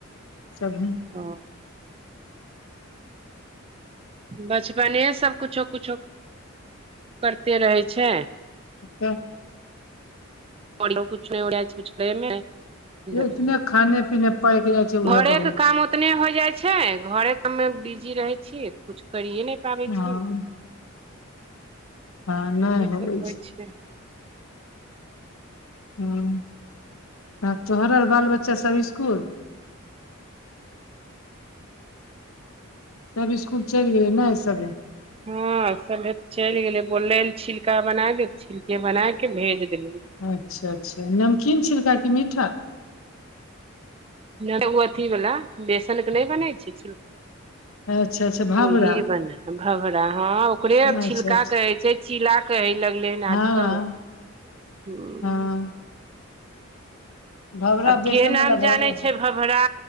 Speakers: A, on the left; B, on the right.
A: सबी
B: ओ बचपने सब कुछो कुछो करते रहै छै
A: त
B: आओर नय <unintelligible> <unintelligible>
A: इतने खाने पीने पकि जाइ छै उहे
B: घरेके
A: बहुत
B: काम
A: छै
B: होत एतने होइ जाइ छै घरे पर मे बिजी रहै छी कुछु करिए नहि पाबै
A: हँ
B: छी।
A: हँ नहि
B: ओही
A: होबै छै
B: <unintelligible>
A: हँ आ तोहरल बाल बच्चा सब इसकुल सब इसकुल चैल गेलै ने सबे
B: हँ सभे चलि गेलै बोलले छिलका बनाय दिय छिलके बनाय के भेज देलियै
A: अच्छा अच्छा नमकीन छिलका की मीठा
B: नहि ओ अथीवला बेसन के नहि बनै छै छिलका
A: अच्छा अच्छा भबरा
B: ओही बने भवड़ा हँ ओकरे आब
A: अच्छा
B: छिलका
A: अच्छा
B: कहै छै छीला कहय लगले हन आजकल
A: हँ
B: हूँ
A: हँ भबरा
B: अब
A: बेसन
B: के नाम
A: बला भबरा
B: जानै छै <inaudible> भबरा